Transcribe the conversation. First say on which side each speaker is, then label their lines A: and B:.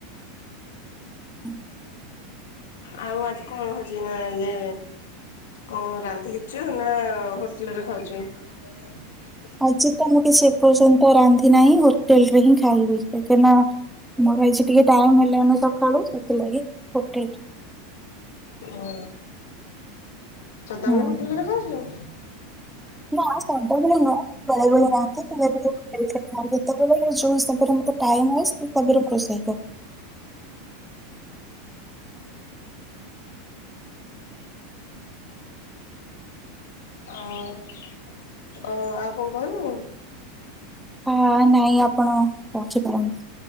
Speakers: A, in the centre; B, on the left (about 80°).
A: ହୁଁ।
B: ଆଉ ଆଜି କଣ ହଉଛି ନା ଇଏ କଣ ରାନ୍ଧିିଛୁ ନା ହୋଟେଲରେ ଖାଉଛୁ? <inaudible>
A: ଆଜି ତ ମୁଁ କିଛି ଏ ପର୍ଯ୍ୟନ୍ତ ରାନ୍ଧି ନାଇଁ ହୋଟେଲରେ ହିଁ ଖାଇବି କାଇକି ନା ମୋର ଏଇଜି ଟିକେ ଟାଇମ୍ ହେଲାନି ସଖାଳୁ ସେଥିଲାଗି ହୋଟେଲରେ
B: ଓ ସଦାବେଳେ
A: ହଁ।
B: ହୋଟେଲରେ ଖାଉଚୁ?
A: ନା ସଦାବେଳେ ନୁହଁ ବେଳେବେଳେ ରାନ୍ଧେ ବେଳେବେଳେ ହୋଟେଲରେ ଖାଏ ଯେତେବେଳେ ଯୋଉ ହିସାବରେ ମତେ ଟାଇମ୍ ହୁଏ <inaudible> ରୋଷେଇ କରେ।
B: ଅ କଁ ଆଉ କଁ କହିବୁ।
A: ହ ନାଇଁ ଆପଣ ରଖିପାରନ୍ତି।